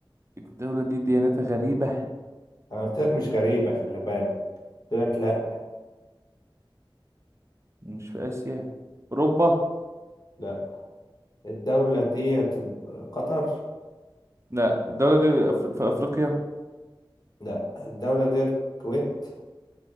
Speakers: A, on the right; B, on the left.
A: الدولة دي ديانتها غريبة
B: انا قلت لك مش غريبه خلي بالك قلت لك لا
A: مش في اسيا اوروبا
B: لا الدوله ديت ال- قطر
A: لا الدولة دي أف- في افريقيا
B: لا الدوله ديت الكويت